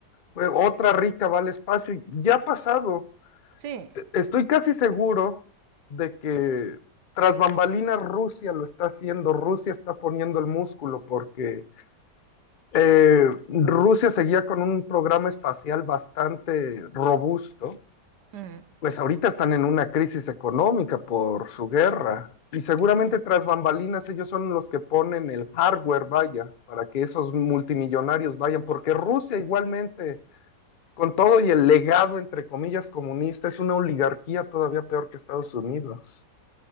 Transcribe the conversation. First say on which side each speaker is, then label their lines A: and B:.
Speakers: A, on the left; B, on the right.
A: fue otra rica vale espacio y ya ha pasado.
B: Sí.
A: E- Estoy casi seguro de que tras bambalinas Rusia lo está haciendo, Rusia está poniendo el músculo porque eh, Rusia seguía con un programa espacial bastante robusto
B: Ujú.
A: pues ahorita están en una crisis económica por su guerra. Y seguramente
B: Ok.
A: tras bambalinas ellos son los que ponen el hardware, vaya, para que esos multimillonarios vayan, porque Rusia igualmente, con todo y el legado, entre comillas, comunista, es una oligarquía todavía peor que Estados Unidos.